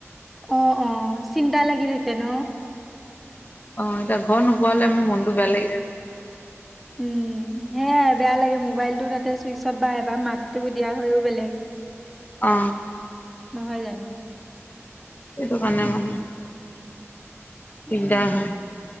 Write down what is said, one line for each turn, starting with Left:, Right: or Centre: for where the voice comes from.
Centre: অঁ অঁ চিন্তা লাগি থাকে ন
Left: অ এতিয়া ঘৰ নোপোৱালে মোৰ মনটো বেয়া লাগি থাকে
Centre: উম সেয়াই বেয়া লাগে মোবাইলটো তাতে চুইচ অফ এবাৰ মাতটো দিয়া হৈও বেলেগ
Left: অ
Centre: নহয় জানো
Left: এইটো কাৰনে
Centre: উম
Left: মানে
Centre: সেয়াই
Left: দিগদাৰ হয়